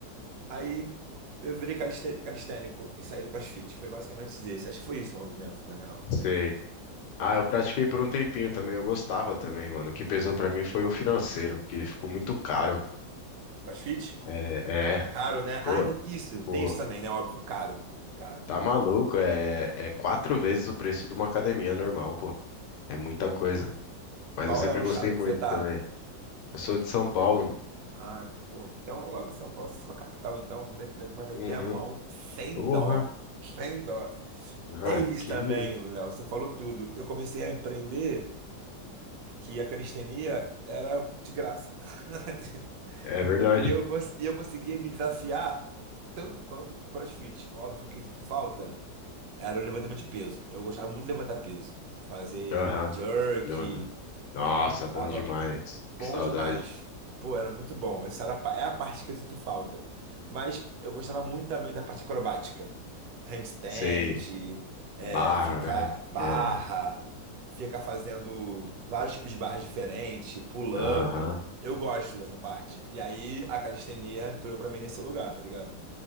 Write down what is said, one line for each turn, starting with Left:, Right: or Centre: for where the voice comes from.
Right: Aí eu virei caliste- calistênico e saí do CrossFit. Foi basicamente isso. Acho que foi isso o movimento, na real.
Left: Sei. Ah, eu pratiquei por um tempinho também, eu gostava também, mano. O que pesou pra mim foi o financeiro, porque ficou muito caro.
Right: CrossFit?
Left: É, é,
Right: Caro, né?
Left: pô,
Right: Ah, ainda- isso, tem
Left: pô,
Right: isso também, né? Óbvio, caro. Caro.
Left: tá maluco, é, é quatro vezes o preço de uma academia normal, pô. É muita
Right: Porra.
Left: coisa. Mas
Right: Qual
Left: eu sempre
Right: é o
Left: gostei
Right: estado
Left: muito
Right: que você tá?
Left: também. Eu sou de São Paulo, mano.
Right: Ah, pô, então logo São Paulo, se for capital, então me- vai meter
Left: Uhum.
Right: a mão sem
Left: Porra.
Right: dó. Sem dó.
Left: Ah,
Right: É isso
Left: que...
Right: também, Léo, você falou tudo. Eu comecei a empreender que a calistenia era de graça. <laughs>
Left: É verdade.
Right: E eu, cons- e eu conseguia me desafiar tanto quanto CrossFit. Óbvio que eu sinto falta era o levantamento de peso. Eu gostava muito de levantar peso. Fazer
Left: Aham,
Right: jerk,
Left: levanta. Nossa, bom
Right: Tava
Left: demais.
Right: Bom
Left: Que saudade.
Right: demais. Pô, era muito bom. Essa era a pa- é a parte que eu sinto falta. Mas eu gostava muito também da parte acrobática. Handstand,
Left: Sei,
Right: é,
Left: barra,
Right: ficar
Left: né?
Right: barra,
Left: É,
Right: ficar fazendo vários tipos de barras diferentes, pull-up.
Left: aham,
Right: Eu gosto dessa parte. E aí a calistenia entrou pra mim nesse lugar, tá ligado?